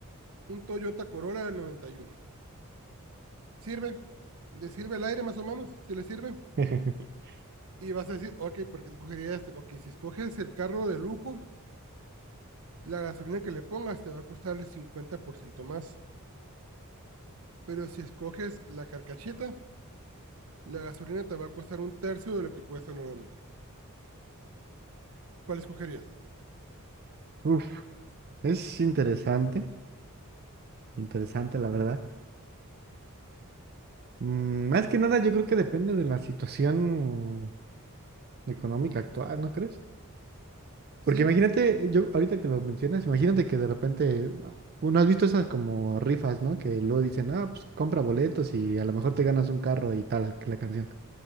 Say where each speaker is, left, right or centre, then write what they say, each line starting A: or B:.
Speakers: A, on the right (about 70°); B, on the right (about 45°).
A: un Toyota Corolla del 91. sirve, le sirve el aire más o menos, si le sirve.
B: <laughs>
A: Y vas a decir, ok, ¿por qué escogerías? Ok, si escoges el carro de lujo, la gasolina que le pongas te va a costar el 50% más. Pero si escoges la carcacheta, la gasolina te va a costar un tercio de lo que cuesta normalmente. ¿Cuál escogerías?
B: Uf, es interesante, interesante la verdad. Mm, Más que nada, yo creo que depende de la situación económica actual, ¿no crees?
A: Sí,
B: Porque imagínate, yo ahorita que lo mencionas, imagínate que de repente, uno has visto esas como rifas, ¿no? Que luego dicen, ah, pues compra boletos y a lo mejor te ganas un carro y tal, que la canción.